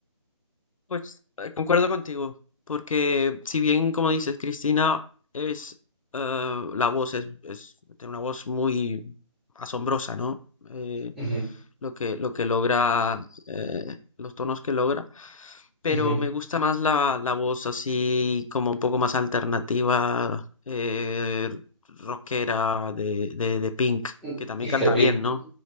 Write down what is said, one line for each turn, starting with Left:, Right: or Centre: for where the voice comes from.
Left: Pues eh, concuerdo contigo, porque si bien, como dices, Cristina es eh, la voz, es, es- tiene una voz muy asombrosa, ¿no? Eh,
Centre: Ujú,
Left: lo que, lo que logra, eh, los tonos que logra, pero
Centre: ujú.
Left: me gusta más la, la voz así como un poco más alternativa, eh, rockera de, de, de Pink,
Centre: Mm,
Left: que también
Centre: Es
Left: canta
Centre: que Pink,
Left: bien, ¿no?